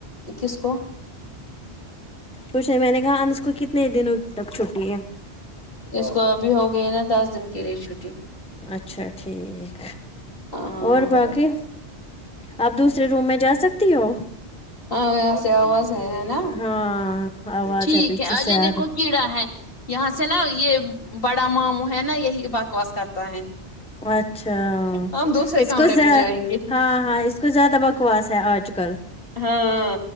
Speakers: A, on the left; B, in the centre.
A: کس کو
B: کچھ نہیں میں نے کہا انس کو کتنے دنوں تک چھٹی ہے
A: اس کو ابھی ہو گئے ہے نا دس دن کے لیے چھٹی
B: اچھا ٹھیک
A: آں
B: اور باقی آپ دوسرے روم میں جا سکتی ہو
A: ہاں یہاں سے آواز ہے ہے نا
B: ہاں آواز
A: ٹھیک
B: پیچھے
A: ہے اجے
B: سے آ
A: دیکھو کیڑا ہے یہاں سے نا یہ بڑا ماموں ہے نا یہی بکواس کرتا ہے
B: اچھا
A: ہم دوسرے
B: اس
A: کمرے
B: کو زا
A: میں جائیں گے
B: ہاں ہاں اس کو زیادہ بکواس ہے آج کل
A: ہاں